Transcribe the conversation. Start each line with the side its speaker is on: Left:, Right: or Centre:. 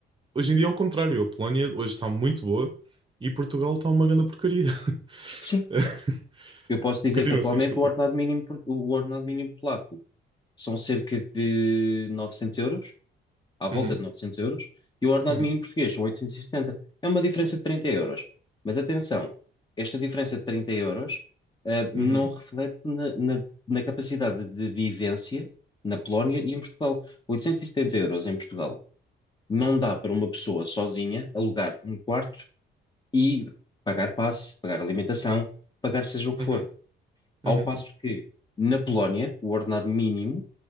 Right: Hoje em dia é o contrário. A Polónia hoje está muito boa e Portugal está uma grande porcaria.
Left: sim.
Right: <laughs>
Left: Eu posso dizer
Right: Continua
Left: que atualmente
Right: assim, desculpa.
Left: o ordenado mínimo, por- o ordenado mínimo polaco são cerca de 900 euros à volta
Right: Uhum,
Left: de 900 euros e o ordenado
Right: uhum,
Left: mínimo português são 870. É uma diferença de 30 euros. Mas atenção, esta diferença de 30 euros, eh, não
Right: uhum.
Left: reflete na, na- na capacidade de vivência na Polónia e em Portugal. 870 euros em Portugal não dá para uma pessoa sozinha alugar um quarto e pagar passe, pagar alimentação, pagar seja o que
Right: Uhum,
Left: for. Ao
Right: uhum,
Left: passo que na Polónia, o ordenado mínimo